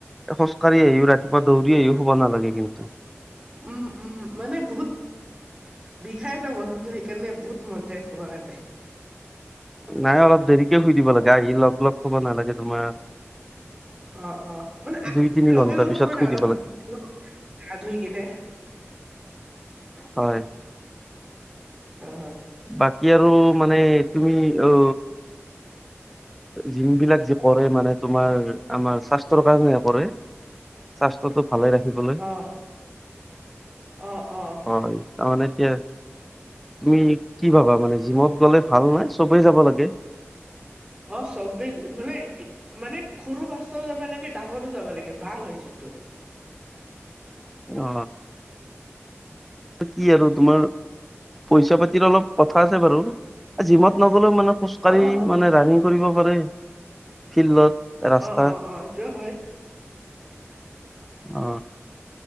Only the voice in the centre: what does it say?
খোজকাঢ়ি আহিও ৰাতিপুৱা দৌৰি আহিও শুব নালাগে কিন্তু।
নাই অলপ দেৰিকে শুই দিব লাগে আহি লগ লগ শুব নালাগে তোমাৰ।
দুই তিনি
ঘন্টাৰ পিছত
শুই
দিব লাগে
হয়।
বাকী আৰু মানে তুমি অ জিমবিলাক যে কৰে মানে তোমাৰ আমাৰ স্বাস্থ্যৰ কাৰণেহে কৰে। স্বাস্থ্যটো ভালে ৰাখিবলৈ।
হয় তাৰমানে এতিয়া তুমি কি ভাবা মানে জিমত গ'লে ভাল নাই, চবেই যাব লাগে।
অ। কি আৰু তোমাৰ পইচা পাতিৰ অলপ কথা আছে বাৰু। জিমত নগ'লেও মানে খোজকাঢ়ি
মানে ৰানিং কৰিব পাৰে ফিল্ডত। ৰাস্তাত।
অ,